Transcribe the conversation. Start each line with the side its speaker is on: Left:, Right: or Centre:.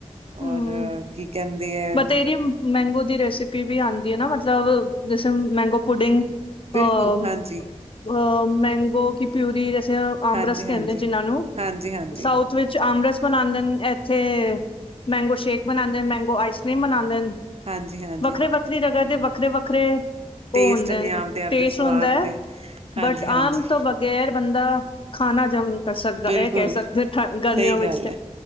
Right: ਔਰ
Left: ਹਮ
Right: ਕੀ ਕੈੰਦੇ ਐ।
Left: ਬਥੇਰੀ ਮੈਂਗੋ ਦੀ ਰੈਸਪੀ ਵੀ ਆਂਦੀ ਐ ਨਾ, ਮਤਲਬ ਰਸਮ, ਮੈਂਗੋ ਪੁਡਿੰਗ
Right: ਬਿਲਕੁਲ
Left: ਅ,
Right: ਹਾਂਜੀ
Left: ਅ ਮੈਂਗੋ ਕੀ ਪਿਊਰੀ ਜੈਸੇ ਅ ਆਮਰਸ
Right: ਹਾਂਜੀ
Left: ਕੇਂਦੇ
Right: ਹਾਂਜੀ
Left: ਜਿਨਾਂ ਨੂੰ,
Right: ਹਾਂਜੀ ਹਾਂਜੀ
Left: ਸਾਊਥ ਵਿੱਚ ਆਮਰਸ ਬਨਾਂਦੇ ਨ ਏਥੇ ਮੈਂਗੋ ਸ਼ੇਕ ਬਨਾਂਦੇ ਨ, ਮੈਂਗੋ ਆਈਸ ਕਰੀਮ ਬਨਾਂਦੇ ਨ
Right: ਹਾਂਜੀ-ਹਾਂ।
Left: ਵੱਖਰੇ- ਵੱਖਰੀ ਜਗਾ ਦੇ ਵੱਖਰੇ-ਵੱਖਰੇ
Right: ਟੇਸਟ
Left: ਓ ਹੁੰਦੇ
Right: ਨੇ
Left: ਨ,
Right: ਆਪਦੇ ਆਪਦੇ
Left: ਟੇਸਟ
Right: ਸਵਾਦ
Left: ਹੁੰਦੈ
Right: ਨੇ ਹਾਂਜੀ
Left: ਬਟ
Right: ਹਾਂਜੀ
Left: ਆਮ ਤੋਂ ਬ ਗੈਰ ਬੰਦਾ ਖਾਨਾ ਹਜਮ ਨੀਂ ਕਰ ਸਕਦਾ,
Right: ਬਿਲਕੁਲ
Left: ਐ ਕੇਹ ਸਕਦੇ ਗਰਮੀਆਂ
Right: ਸਹੀ
Left: ਵਿੱਚ
Right: ਗੱਲ
Left: ਤੇ
Right: ਹੈ